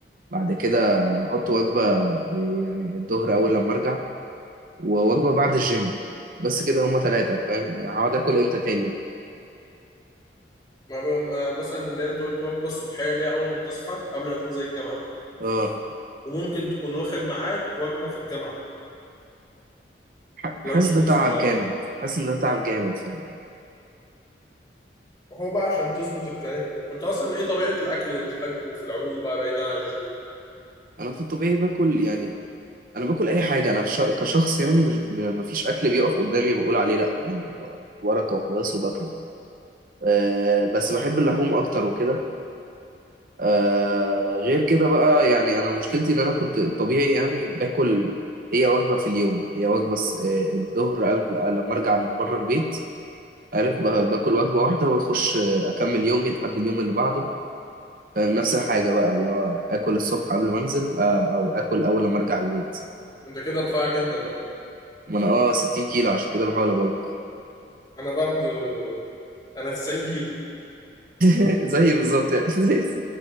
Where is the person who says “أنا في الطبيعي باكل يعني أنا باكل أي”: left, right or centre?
Right